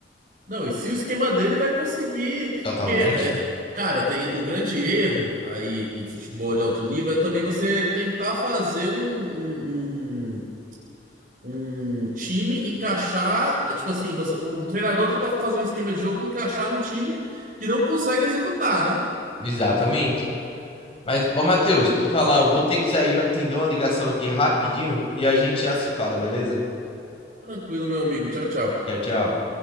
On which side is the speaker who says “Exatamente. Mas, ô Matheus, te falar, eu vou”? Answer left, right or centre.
Left